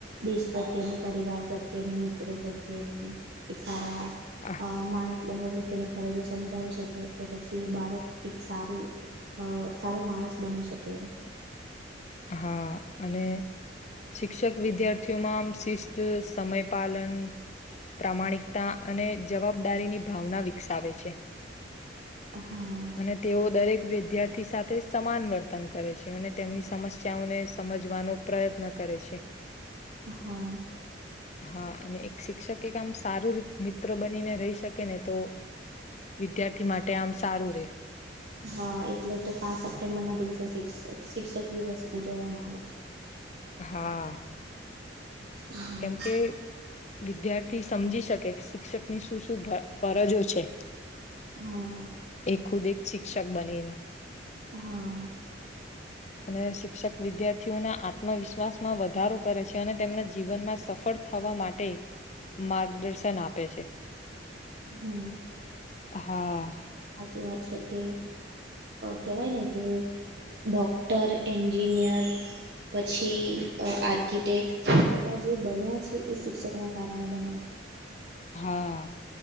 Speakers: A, on the right (about 60°); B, on the left (about 35°).
A: દેશ પ્રત્યેની પરિવાર પ્રત્યેની મિત્રો પ્રત્યેની એક સારા.
B: આહ,
A: અ માણસ બનવા પ્રત્યેની ફરજો સમજાવી શકે. તો પછી બાળક એક સારું સારો માણસ બની શકે એમ.
B: હા અને શિક્ષક વિદ્યાર્થીઓમાં આમ શિસ્ત સમય પાલન પ્રામાણિકતા અને જવાબદારીની ભાવના વિકસાવે છે.
A: હા
B: અને તેઓ દરેક વિદ્યાર્થી સાથે સમાન વર્તન કરે છે અને તેમની સમસ્યા બચાઓને સમજવાનો પ્રયત્ન કરે છે.
A: હા
B: હા અને એક શિક્ષક આમ સારું મિત્ર બનીને રહી શકે ને તો વિદ્યાર્થી માટે આમ સારું રે
A: હા. એટલે તો પાંચ સપ્ટેમ્બર ના દિવસે શી શિક શિક્ષક દિવસ ઉજવવામાં આવે છે.
B: હા.
A: હા
B: કેમ કે વિદ્યાર્થી સમજી શકે શિક્ષકની શું-શું ફરજો છે.
A: હા.
B: એ ખુદ એક શિક્ષક બનીને
A: હા.
B: અને શિક્ષક વિદ્યાર્થીઓના આત્મવિશ્વાસ માં વધારો કરે છે. અને તેમના જીવનમાં સફળ થવા માટે માર્ગદર્શન આપે છે.
A: હમ
B: હા.
A: સાચી વાત છે કે કેવાય ને કે ડોક્ટર એન્જિન પૂન્યર પછી આર્કિટેક્ટ આ બધા જે બન્યા છે. એ શિક્ષક ના કારણે બન્યા છે.
B: હા.